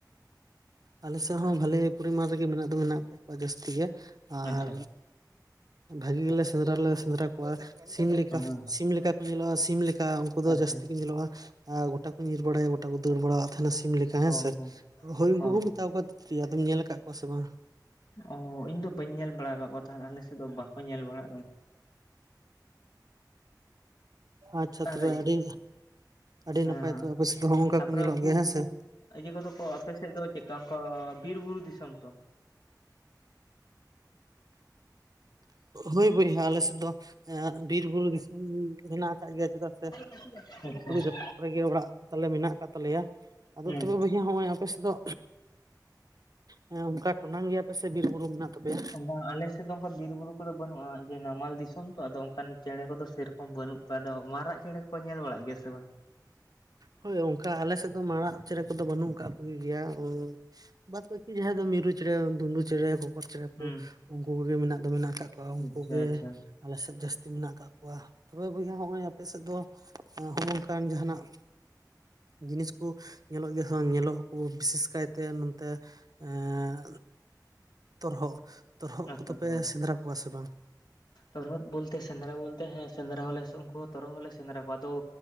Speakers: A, on the right; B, on the left.
A: ᱟᱞᱮ ᱥᱮᱫ ᱦᱚᱸ ᱵᱷᱟᱞᱮ ᱯᱚᱨᱤᱢᱟᱱ ᱨᱮᱜᱮ ᱢᱮᱱᱟᱜ ᱫᱚ ᱢᱮᱱᱟᱜ ᱠᱟᱜ ᱠᱚᱣᱟ ᱡᱟᱹᱥᱛᱤ ᱜᱮ ᱟᱨ
B: ᱟᱪᱪᱷᱟ
A: ᱵᱷᱟᱜᱤ ᱜᱮᱞᱮ ᱥᱮᱸᱫᱽᱨᱟ ᱞᱮ ᱥᱮᱸᱫᱽᱨᱟ ᱠᱚᱣᱟ ᱥᱤᱢ ᱞᱮᱠᱟ
B: ᱦᱮᱸ
A: ᱥᱤᱢ ᱞᱮᱠᱟ ᱠᱚ ᱧᱮᱞᱚᱜᱼᱟ ᱥᱤᱢ ᱞᱮᱠᱟ᱾ ᱮᱸ ᱩᱱᱠᱩ ᱫᱚ
B: ᱟᱪᱪᱷᱟ
A: ᱡᱟᱹᱥᱛᱤ ᱠᱚ ᱧᱮᱞᱚᱜᱼᱟ ᱜᱚᱴᱟ ᱠᱚ ᱧᱤᱨ ᱵᱟᱲᱟᱭᱟ ᱜᱚᱴᱟ ᱠᱚ ᱫᱟᱹᱲ ᱵᱟᱲᱟᱭᱟ᱾ ᱛᱟᱦᱮᱱᱟ ᱥᱤᱢ ᱞᱮᱠᱟ ᱦᱮᱸᱥᱮ
B: ᱚ ᱦᱚᱸ
A: ᱦᱳᱭ ᱩᱱᱠᱩ
B: ᱦᱚᱸ
A: ᱠᱚ ᱢᱮᱛᱟᱣᱟ ᱠᱚᱣᱟ ᱛᱤᱛᱨᱤ ᱟᱫᱚᱢ ᱧᱮᱞ ᱟᱠᱟᱫ ᱠᱚᱣᱟ ᱥᱮ ᱵᱟᱝ?
B: ᱚ ᱤᱧ ᱫᱚ ᱵᱟᱹᱧ ᱧᱮᱞ ᱵᱟᱲᱟ ᱟᱠᱟᱫ ᱠᱚ ᱛᱟᱦᱮᱸᱫ ᱟᱞᱮ ᱥᱮᱫ ᱫᱚ ᱵᱟᱠᱚ ᱧᱮᱞ ᱵᱟᱲᱟ
A: ᱟᱪᱪᱷᱟ ᱛᱚᱵᱮ
B: <inaudible>
A: ᱟᱹᱰᱤ ᱟᱹᱰᱤ
B: ᱦᱮᱸ
A: ᱱᱟᱯᱟᱭ ᱛᱚ ᱟᱯᱮ ᱥᱮᱫ ᱫᱚ ᱦᱚᱸᱜ ᱚᱝᱠᱟ
B: ᱛᱟᱯᱚᱨᱮ
A: ᱠᱚ ᱧᱮᱞᱚᱜ
B: ᱩᱱᱠᱩ
A: ᱜᱮᱭᱟ ᱦᱮᱸ ᱥᱮ
B: ᱤᱭᱟᱹ ᱠᱚᱫᱚ ᱠᱚ ᱟᱯᱮᱥᱮᱫ ᱫᱚ ᱪᱮᱫᱠᱟ ᱚᱱᱠᱟ ᱵᱤᱨ ᱵᱩᱨᱩ ᱫᱤᱥᱚᱢ ᱛᱚ?
A: ᱦᱳᱭ ᱵᱚᱭᱦᱟ ᱟᱞᱮᱥᱮᱫ ᱫᱚ ᱮᱸ ᱵᱤᱨ ᱵᱩᱨᱩ ᱫᱤᱥᱟᱹᱢ ᱨᱮᱱᱟᱜ ᱠᱟᱜ ᱜᱮᱭᱟ ᱪᱮᱫᱟᱜ ᱥᱮ
B: <unintelligible>
A: ᱚᱲᱟᱜ ᱠᱚᱨᱮᱜᱮ ᱚᱲᱟᱜ ᱠᱚ ᱛᱟᱞᱮ ᱢᱮᱱᱟᱜ ᱟᱠᱟᱫ ᱛᱟᱞᱮᱭᱟ ᱟᱫᱚ
B: ᱦᱮᱸ
A: ᱛᱚᱵᱮ ᱵᱚᱭᱟ ᱦᱚᱸᱜ ᱚᱭ ᱟᱯᱮᱥᱮᱫ ᱫᱚ ᱦᱮᱸ ᱚᱝᱠᱟ ᱴᱚᱰᱟᱝ ᱜᱮᱭᱟᱯᱮ ᱥᱮ ᱵᱤᱨ ᱵᱩᱨᱩ ᱢᱮᱱᱟᱜ ᱛᱟᱯᱮᱭᱟ?
B: ᱟ ᱵᱟᱝ ᱟᱞᱮᱥᱮᱫ ᱫᱚ ᱚᱝᱠᱟ ᱵᱤᱨ ᱵᱩᱨᱩ ᱠᱚᱫᱚ ᱵᱟᱹᱱᱩᱜᱼᱟ ᱡᱮ ᱱᱟᱢᱟᱞ ᱫᱤᱥᱚᱢ ᱛᱚ ᱟᱫᱚ ᱚᱱᱠᱟᱱ ᱪᱮᱬᱮ ᱠᱚᱫᱚ ᱥᱮᱨᱚᱠᱚᱢ ᱵᱟᱹᱱᱩᱜ ᱚᱠᱟ ᱫᱚ ᱢᱟᱨᱟᱜ ᱪᱮᱬᱮ ᱠᱚᱠᱚ ᱧᱮᱞ ᱵᱟᱲᱟᱜ ᱜᱮᱭᱟ ᱥᱮ ᱵᱟ?
A: ᱦᱳᱭ ᱚᱝᱠᱟ ᱟᱞᱮ ᱥᱮᱫ ᱫᱚ ᱢᱟᱨᱟᱜ ᱪᱮᱬᱮ ᱠᱚᱫᱚ ᱵᱟᱹᱱᱩᱜ ᱠᱟᱫ ᱠᱚᱜᱮ ᱜᱮᱭᱟ ᱩᱸ ᱵᱟᱫ ᱵᱟᱹᱠ ᱠᱤ ᱡᱟᱦᱟᱸᱭ ᱫᱚ ᱢᱤᱨᱩ ᱪᱮᱬᱮ ᱫᱩᱱᱫᱩ ᱪᱮᱬᱮ ᱠᱩ ᱠᱷᱚᱨ ᱪᱮᱬᱮ ᱠᱩ
B: ᱦᱩᱸ
A: ᱩᱱᱠᱩ ᱠᱩᱜᱮ ᱢᱮᱱᱟᱜ ᱫᱚ ᱢᱮᱱᱟᱜ ᱠᱟᱜ ᱠᱚᱣᱟ ᱩᱱᱠᱩ
B: ᱟᱪᱪᱷᱟ
A: ᱜᱮ
B: ᱟᱪᱪᱷᱟ
A: ᱟᱞᱮᱥᱮᱫ ᱡᱟᱹᱥᱛᱤ ᱢᱮᱱᱟᱜ ᱠᱟᱜ ᱠᱚᱣᱟ ᱛᱚᱵᱮ ᱵᱚᱭᱦᱟ ᱦᱚᱸᱜ ᱚᱭ ᱟᱯᱮᱥᱮᱫ ᱫᱚ ᱦᱚ ᱚᱝᱠᱟᱱ ᱡᱟᱦᱟᱸᱱᱟᱜ ᱡᱤᱱᱤᱥ ᱠᱩ ᱧᱮᱞᱚᱜ ᱜᱮᱭᱟ ᱥᱮ ᱵᱟᱝ ᱧᱮᱞᱚᱜ ᱟᱹᱠᱩ ᱵᱤᱥᱮᱥ ᱠᱟᱭᱛᱮ ᱱᱚᱱᱛᱮ ᱮᱸᱜ ᱛᱚᱨᱦᱚᱫ ᱛᱚᱨᱦᱚᱫ
B: ᱟᱨ
A: ᱠᱚᱫᱚᱯᱮ
B: ᱛᱚᱨᱦᱚᱫ
A: ᱥᱮᱸᱫᱽᱨᱟ ᱠᱚᱣᱟ ᱥᱮ ᱵᱟᱝ?
B: ᱛᱚᱨᱦᱚᱫ ᱵᱳᱞᱛᱮ ᱥᱮᱸᱫᱽᱨᱟ ᱵᱳᱞᱛᱮ ᱦᱮᱸ ᱥᱮᱸᱫᱽᱨᱟ ᱦᱚᱞᱮ ᱩᱱᱠᱩ ᱦᱚᱸ ᱛᱚᱨᱦᱚᱫ ᱦᱚᱞᱮ ᱥᱮᱸᱫᱽᱨᱟ ᱠᱚᱣᱟ ᱟᱫᱚ